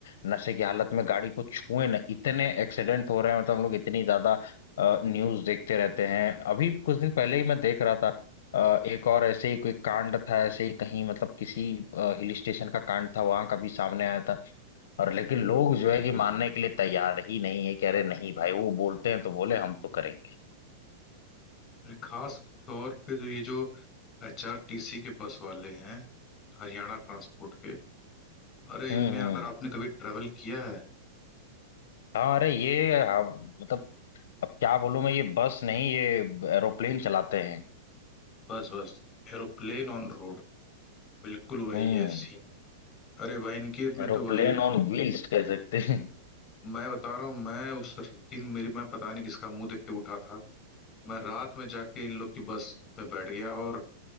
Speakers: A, on the left; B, on the left.
A: नशे की हालत में गाड़ी को छुए ना इतने एक्सीडेंट हो रहे हैं मतलब हम लोग इतनी ज्यादा न्यूज देखते रहते हैं अभी कुछ दिन पहले ही मैं देख रहा था अ, एक और ऐसे ही कोई कांड था ऐसे ही कहीं मतलब किसी हिल स्टेशन का कांड था वहां का भी सामने आया था और लेकिन लोग जो है कि मानने के लिए तैयार ही नहीं है कि अरे नहीं भाई वो बोलते हैं तो बोले हम तो करेंगे
B: अरे खास तौर पे जो ये जो एचआरटीसी के बस वाले हैं हरियाणा ट्रांसपोर्ट के अरे इनमें
A: हम्म
B: अगर
A: हम्म
B: आपने कभी ट्रेवल किया है
A: हाँ अरे ये अब मतलब अब क्या बोलूं मैं ये बस नहीं ये एरोप्लेन चलाते हैं
B: Bus bus aeroplane on road बिल्कुल वही
A: हम्म
B: है सीन अरे भाई इनके में
A: एरोप्लेन
B: तो भाई
A: ऑन व्हील्स कह सकते हैं
B: मैं बता रहा हूँ मैं उस दिन मेरी मैं पता नहीं किसका मुंह देख के उठा था मैं रात में जाके इन लोग की बस में बैठ गया और